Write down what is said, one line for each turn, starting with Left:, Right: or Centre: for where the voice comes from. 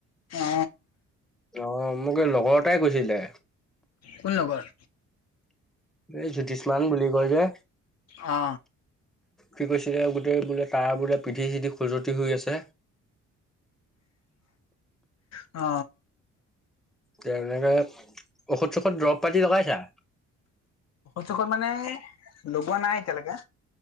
Left: অ
Centre: অ মোক এই লগৰ এটাই কৈছিলে
Left: কোন লগৰ-
Centre: এই জ্যোতিষমান বুলি কয় যে।
Left: অ
Centre: কি কৈছিলে গোটেই বোলে তাৰ বোলে পিধি চিধি খজুতি হৈ আছে। হয়
Left: অ
Centre: তেনেকে ঔষধ চষধ দৰৱ পাতি লগাইছা।
Left: স্যখ মানে লগোৱা নাই এতিয়ালৈকে।